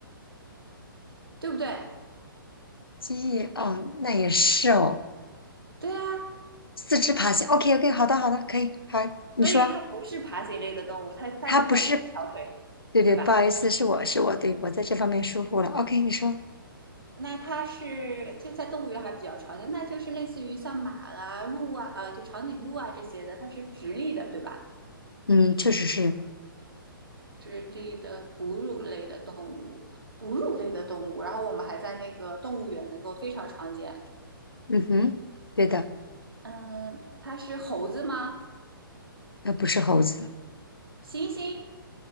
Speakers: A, on the right (about 75°); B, on the left (about 80°).
A: 对不对？
B: 蜥蜴，哦，那也是哦。
A: 对呀，
B: 四肢爬行。OK OK，好的好的，可以好，你说
A: 所以它不是爬行类的动物，它但是它有四条腿，
B: 它不是，对对，
A: 对吧？
B: 不好意思，是我是我，对我在这方面疏忽了。OK，你说，
A: 那它是就在动物园还比较常见，那就是类似于像马啊、鹿啊、呃，就长颈鹿啊这些的，它是直立的，对吧？
B: 嗯，确实是，
A: 直立的哺乳类的动物，哺乳类的动物。然后我们还在那个动物园能够非常常见。
B: 嗯哼，对的，
A: 嗯，它是猴子吗？
B: 那不是猴子，
A: 猩猩